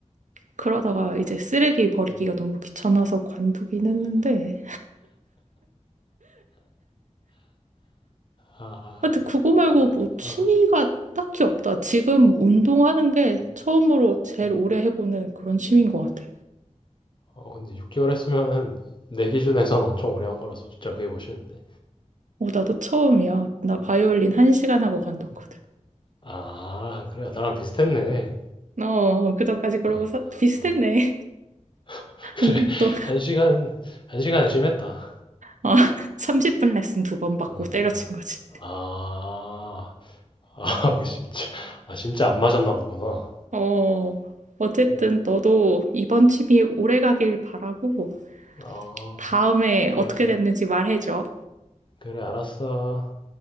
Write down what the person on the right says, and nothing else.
그러다가 이제 쓰레기 버리기가
너무 귀찮아서 관두긴 했는데.
하여튼 그거 말고
뭐 취미가
딱히 없다. 지금 운동하는 게
처음으로 제일
오래 해보는 그런 취미인 것 같아.
어, 나도 처음이야. 나 바이올린
한 시간 하고 관뒀거든.
어, 그전까지 그러고
사, 비슷했네.
<laughs>
또,
아, <laughs> 30분 레슨 두 번 받고
때려친 거지.
어, 어쨌든
너도 이번 취미 오래 가길 바라고
다음에
어떻게 됐는지 말해줘.